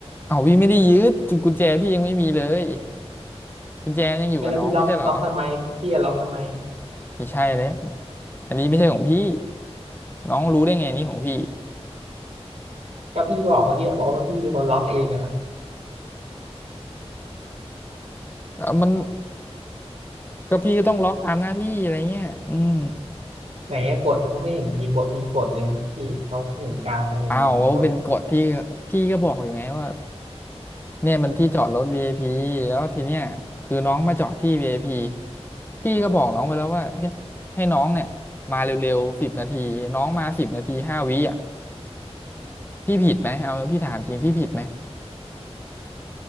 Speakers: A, on the left; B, on the right.
A: เอ้าพี่ไม่ได้ยืดกุญแจพี่ยังไม่มีเลยกุญแจยังอยู่กับน้องไม่ใช่เหรอ
B: ไม่แล้วพี่ล็อกล็อกทำไมพี่จะล็อกทำไม
A: ไม่ใช่เลยอันนี้ไม่ใช่ของพี่น้องรู้ได้ไงนี่ของพี่
B: ก็พี่บอกเมื่อกี้บอกว่าพี่เป็นคนล็อกเองอ่ะ
A: เอ่อมันก็พี่ก็ต้องล็อกตามหน้าที่อะไรเงี้ยอืม
B: ไหนอะกดเขาไม่เห็นมีบทมีกดเลยพี่เขาเห็นกลางอะไรอย่างเงี้ยกด
A: เอาวว่าเป็นกฎที่พี่ก็บอกอยู่ไงว่า เนี่ยมันที่จอดรถ VIP แล้วทีเนี้ยคือน้องมาจอดที่ VIP พีพี่ก็บอกน้องไปแล้วว่าให้ให้น้องเนี่ยมาเร็วๆสิบนาทีน้องมาสิบนาทีห้าวิอ่ะพี่ผิดไหมเอาพี่ถามจริงพี่ผิดไหม